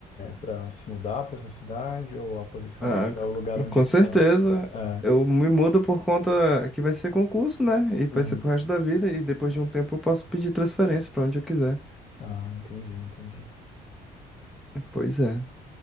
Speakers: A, on the left (about 40°); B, in the centre.
A: para se mudar para essa cidade ou a posição
B: Ah,
A: era para o lugar onde
B: com
A: tu
B: certeza.
A: tá? É.
B: Eu me mudo por conta que vai ser concurso, né? E vai
A: Uhum.
B: ser pro resto da vida. E depois de um tempo eu posso pedir transferência pra onde eu quiser.
A: Ah, entendi, entendi.
B: Pois é.